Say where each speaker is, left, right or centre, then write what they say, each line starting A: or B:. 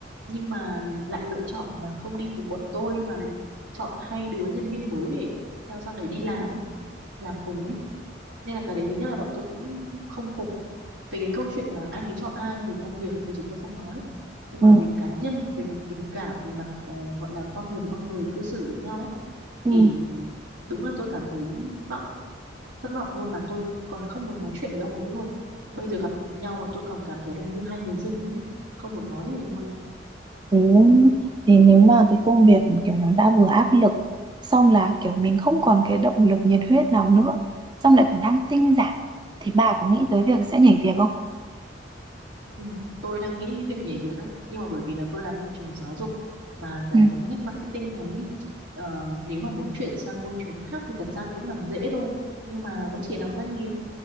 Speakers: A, on the right; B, on the right.
A: nhưng mà lại lựa chọn là không đi cùng bọn tôi mà lại chọn hai đứa nhân viên mới để theo sang đấy đi làm ấy làm cùng ấy nên là cái đấy thứ nhất là bọn tôi cũng không phục về cái câu chuyện mà anh ấy chọn ai về công việc thì chúng tôi không nói nhưng mà
B: ừ,
A: về cá nhân về mặt tình cảm về mặt ờ, gọi là con người với con người cư xử với nhau ấy,
B: ừ.
A: thì đúng là tôi cảm thấy thất vọng thất vọng luôn mà tôi còn không muốn nói chuyện với ông ấy nữa luôn bây giờ gặp nhau mà tôi còn cảm thấy là như hai người dưng luôn ý không muốn nói gì luôn
B: Thế, thế nếu mà cái công việc kiểu nó đã vừa áp lực xong là kiểu mình không còn cái động lực nhiệt huyết nào nữa xong lại còn đang tinh giản thì bà có nghĩ tới việc sẽ nhảy việc không?
A: Ừ, tôi đang nghĩ đến việc nhảy việc đấy nhưng mà bởi vì là tôi làm môi trường giáo dục mà cái
B: ừ
A: ngách marketing này ý, ờ, nếu mà muốn chuyển sang môi trường khác thì thật ra cũng làm dễ thôi nhưng mà vẫn chỉ làm doanh nghiệp